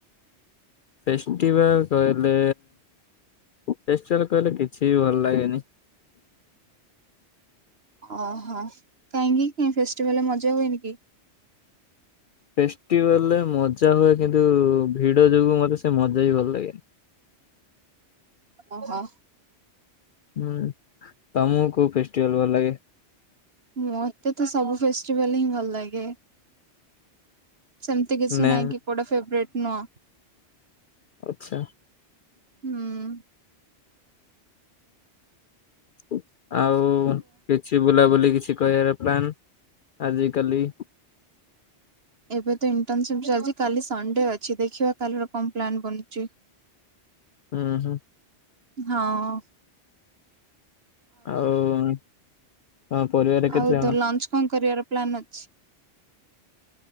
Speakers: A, on the left; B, on the right.
A: ଫେଷ୍ଟିଭାଲ କହିଲେ ଫେଷ୍ଟିଭାଲ କହିଲେ କିଛି ବି ଭଲ ଲାଗେନି।
B: ଓହୋ କାହିଁକି କାଇଁ ଫେସ୍ ସ୍ଟିଭାଲରେ ମଜା ହୁଏନି କି?
A: ଫେଷ୍ଟିଭାଲରେ ମଜା ହୁଏ କିନ୍ତୁ ଭିଡ ଯୋଗୁ ମତେ ସେ ମଜା ହିଁ ଭଲ ଲାଗେନି।
B: ଓ ହୋ।
A: ହୁଁ ତମକୁ କୋଉ ଫେଷ୍ଟିଭାଲ ଭଲ ଲାଗେ।
B: ମତେ ତ ସବୁ ଫେଷ୍ଟିଭାଲ ହିଁ ଭଲ ଲାଗେ। ସେମିତି କିଛି
A: ନା
B: ନାଇଁ କି କୋଉଟା ଫେବରେଟ ନୁହଁ
A: ଆଚ୍ଛା
B: ହୁଁ।
A: ଓ <unintelligible> ଆଉ କିଛି ବୁଲାବୁଲି କିଛି କରିବାର ପ୍ଲାନ୍ ଆଜିିକାଲି।
B: ଏବେ ତ ଇଣ୍ଟର୍ନସିପ ଚାଲିଛି କାଲି ସଣ୍ଡେ ଅଛି ଦେଖିବା କାଲି ର କଣ ପ୍ଲାନ୍ ବନୁଛି।
A: ହୁଁ ହୁଁ।
B: ହଁ।
A: ଆଉ ତମ ପରିବାରରେ କେତେ
B: ଆଉ
A: ଜଣ?
B: ତ ଲଞ୍ଚ କଣ କରିବାର ପ୍ଲାନ୍ ଅଛି।